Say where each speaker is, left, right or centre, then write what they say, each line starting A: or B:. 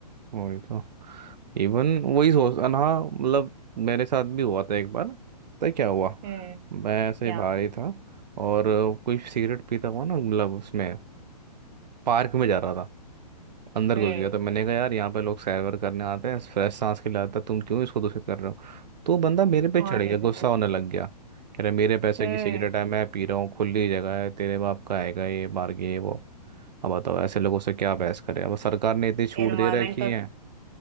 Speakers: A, on the right; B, on the right.
A: वही तो इवन वही सोच अन हाँ मतलब मेरे साथ भी हुआ था एक बार तो क्या हुआ
B: हम्म
A: मैं ऐसे ही
B: क्या
A: बाहर ही था और कोई
B: हम्म
A: सिगरेट पीता हुआ ना मतलब उसमें पार्क में जा रहा था अंदर
B: हम्म,
A: घुस गया तो मैंने कहा यार यहाँ पे लोग सैर वैर करने आते हैं फ्रेश सांस के लिए आता है, तुम क्यों इसको दूषित कर रहे हो तो वो बंदा मेरे पे
B: और
A: चढ़
B: नहीं
A: गया
B: तो
A: गुस्सा
B: क्या
A: होने लग गया कह रहा मेरे पैसे
B: हम्म
A: की सिगरेट है मैं पी रहा हूँ खुली जगह है तेरे बाप का आएगा ये बार ये वो अब बताओ ऐसे लोगों से क्या बहस करें अब सरकार ने इतनी छूट
B: एनवायरमेंट
A: दे रखी
B: तो
A: है